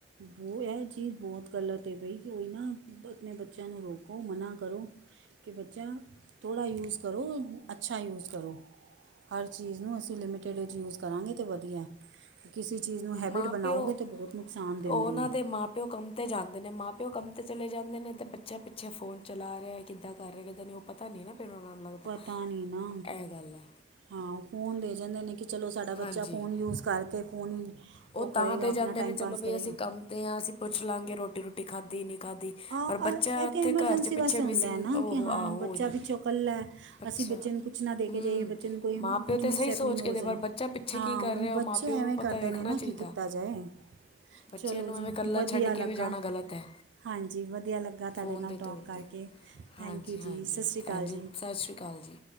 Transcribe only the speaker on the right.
ਬੋ ਇਹ ਚੀਜ਼ ਬਹੁਤ ਗਲਤ ਹੈ ਬਈ ਕੋਈ ਨਾ ਆਪਣੇ ਬੱਚਿਆਂ ਨੂੰ ਰੋਕੋ ਮਨਾ ਕਰੋ ਕਿ ਬੱਚਾ ਥੋੜ੍ਹਾ ਯੂਜ ਕਰੋ ਅੱਛਾ ਯੂਜ ਕਰੋ। ਹਰ ਚੀਜ਼ ਨੂੰ ਅਸੀਂ ਲਿਮਿਟਿਡ ਵਿੱਚ ਯੂਜ ਕਰਾਂਗੇ ਤੇ ਵਧੀਆ ਹੈ। ਕਿਸੇ ਚੀਜ਼ ਨੂੰ
ਹੈਬਿਟ ਬਣਾਓਗੇ
ਤੇ ਬਹੁਤ ਨੁਕਸਾਨ ਦਿੰਦੀ
ਹੈ
ਪਤਾ ਨਹੀਂ ਨਾ
ਹਾਂ, ਉਹ ਫੋਨ ਦੇ ਜਾਂਦੇ ਨੇ ਕਿ ਚਲੋ ਸਾਡਾ ਬੱਚਾ
ਫ਼ੋਨ ਯੂਜ ਕਰਕੇ ਫ਼ੋਨ ਹੀ
ਕਰੇਗਾ
ਆਪਣਾ
ਟਾਈਮ
ਪਾਸ
ਕਰੇਗਾ
ਹਾਂ
ਇਹ
ਤਾਂ ਐਮਰਜੈਂਸੀ
ਵਾਸਤੇ
ਹੁੰਦਾ
ਹੈ ਨਾ ਕਿ ਹਾਂ
ਬੱਚਾ
ਵਿੱਚੋਂ ਇਕੱਲਾ ਹੈ
ਅਸੀਂ ਬੱਚੇ ਨੂੰ ਕੁਛ ਨਾ ਦੇ ਕੇ
ਜਾਈਏ ਬੱਚੇ ਨੂੰ ਕੋਈ
ਕੁਝ
ਮਿਸਹੈਪਨਿੰਗ
ਹੋ
ਜਾਏ
ਹਾਂ
ਹੁਣ
ਬੱਚੇ
ਐਵੇਂ
ਕਰਦੇ
ਨੇ ਨਾ
ਕੀ ਕੀਤਾ ਜਾਏ
ਚਲੋ
ਜੀ
ਵਧੀਆ
ਲੱਗਾ
ਹਾਂਜੀ ਵਧੀਆ ਲੱਗਾ ਤੁਹਾਡੇ
ਨਾਲ
ਟੋਕ
ਕਰਕੇ
ਥੈਂਕ
ਯੂ ਜੀ ਸਤਿ ਸ਼੍ਰੀ ਅਕਾਲ ਜੀ